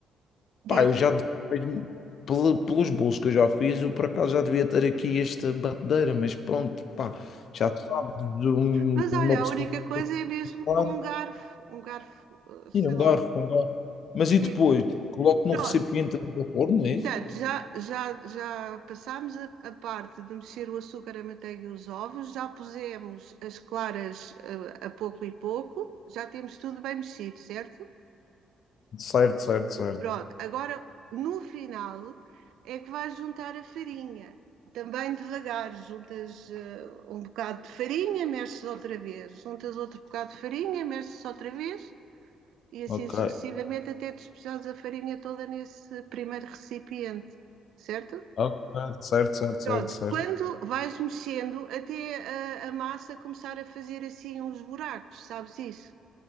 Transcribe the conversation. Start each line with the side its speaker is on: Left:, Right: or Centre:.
Right: diz.
Left: Pá, eu já, mesmo pel- pelos bolos que eu já fiz, eu por acaso já devia ter aqui esta batedeira, mas pronto, pá, já se sabe de um-
Right: Mas
Left: uma
Right: olha,
Left: pessoa
Right: a única coisa
Left: que tem
Right: é mesmo
Left: celular.
Right: com um garfo. Um garfo, eh, sei
Left: e um
Right: lá.
Left: garfo, um garfo. Mas
Right: Sim.
Left: e depois? Coloco no
Right: Pronto.
Left: recipiente de vapor, não é isso?
Right: Portanto, já, já, já passámos a, a parte de mexer o açúcar, a manteiga e os ovos, já pusemos as claras eh, a pouco e pouco, já temos tudo bem mexido, certo?
Left: Certo, certo, certo.
Right: Pronto, agora no final é que vais juntar a farinha. Também devagar, juntas eh, um bocado de farinha, mexes outra vez, juntas outro bocado de farinha, mexes outra vez e assim
Left: Ok.
Right: sucessivamente até despejares a farinha toda nesse primeiro recipiente, certo?
Left: Ok, certo, certo, certo,
Right: Pronto,
Left: certo.
Right: quando vais mexendo até a, a massa começar a fazer assim uns buracos, sabes isso?